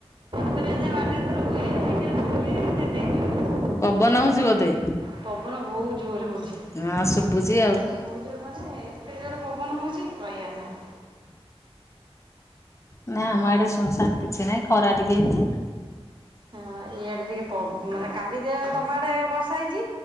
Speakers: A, on the right; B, on the left.
A: କରିବା ଯେ ବାଡ଼ିରେ ଧର ହୁଏ ଏଠି ଅଛି ବୋଲି ସେ ଦେଇଦିଅନ୍ତି
B: ପବନ ହଉଛି ବୋଧେ?
A: ପବନ ବୋହୁତ ଜୋରେ ହୋଉଛି। ମାନେ
B: ହଁ ଶୁଭୁଛି ଆଉ
A: ବହୁତ ଜୋର ମାନେ ଏତେ ଜୋରେ ପବନ ହଉଛି କହିବାର ନାହିଁ।
B: ନା ଆମ ଆଡେ ଶୁନ ସାନ କିଛି ନାହିଁ ଖରା ଟିକେ ହେଇଚି।
A: ହଁ ଇଆଡେ ଟିକେ ପବ ମାନେ କାଲି ଯେ ତମ ଆଡେ ବର୍ଷା ହେଇଛି